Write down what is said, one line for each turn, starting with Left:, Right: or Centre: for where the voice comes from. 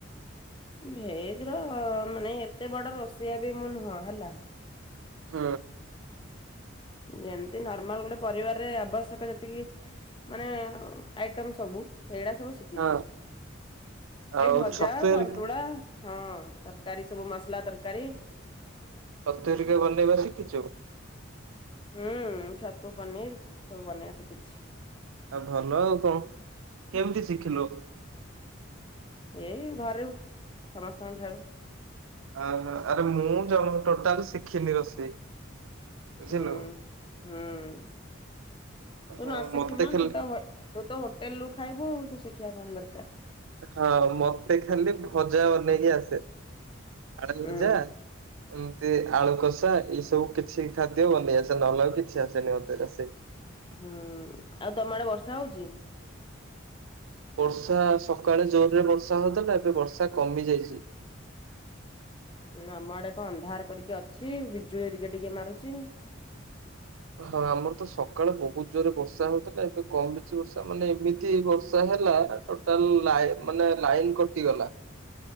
Left: ଭେଜ ର ମାନେ ଏତେ ବଡ଼ ରୋଷେଇଆ ବି ମୁଁ ନୁହଁ ହେଲା।
Right: ହ
Left: ଯେମତି ନର୍ମାଲ ଗୋଟେ ପରିବାରରେ ଆବଶ୍ୟକ ଯେତିକି ମାନେ ଆଇଟମ ସବୁ ସେଇଗୁଡା ସବୁ ଶିଖିଛି।
Right: ହଁ ଆଉ
Left: ଏଇ ଭଜା
Right: ଛତୁ ହେରିକା
Left: ସନ୍ତୁଳା ହଁ ତରକାରୀ ସବୁ ମସଲା ତରକାରୀ।
Right: <unintelligible> ତୁ ଟିକେ ବନେଇବା ଶିଖିଛୁ।
Left: ହୁଁ ଛତୁ ପନିର ସବୁ ବନେଇବା ଶିଖିଚି
Right: ଆ ଭଲ ଆଉ କଣ କେମିତି ଶିଖିଲୁ।
Left: ଏଇ ଘରୁ ସମସ୍ତଙ୍କ ଠାରୁ।
Right: ଅହୋ ଆରେ ମୁଁ ଜମା ଟୋଟାଲ ଶିଖିନି ରୋଷେଇ। ବୁଝିଲୁ।
Left: ହୁଁ ହୁଁ। ତୁ
Right: ହଁ
Left: ନ ଶିଖିମା
Right: ମତେ ଖାଲି
Left: ତୁ ତ ତୁ ତ ହୋଟେଲ ରୁ ଖାଇବୁ ତୁ ଶିଖିବା କଣ ଦରକାର।
Right: ହଁ ମତେ ଖାଲି ଭଜା ବନେଇକି ଆସେ ଆଳୁ
Left: ଉଁ
Right: ଭଜା। ଏମିତି ଆଳୁ କଷା ଏଇ ସବୁ କିଛି ଖାଦ୍ୟ ବନେଇ ଆସେ ନହଲେ କିଛି ଆସେନି ମୋତେ ରୋଷେଇ।
Left: ହୁଁ ଆଉ ତମ ଆଡେ ବର୍ଷା ହଉଛି।
Right: ବର୍ଷା ସକାଳେ ଜୋର ରେ ବର୍ଷା ହଉଥିଲା ଏବେ ବର୍ଷା କମି ଯାଇଛି।
Left: ଆମ ଆଡେ କଣ ଅନ୍ଧାର କରିକି ଅଛି ବିଜୁ ଏ ଟିକେ ଟିକେ ମାରୁଛି।
Right: ହଁ ଆମର ତ ସକାଳେ ବହୁତ ଜୋରେ ବର୍ଷା ହଉଥିଲା ଏବେ କମ ବେଶି ବର୍ଷା ମାନେ ଏମିତି ବର୍ଷା ହେଲା। ଟୋଟାଲ ମାନେ ଲାଇନ କଟିଗଲା।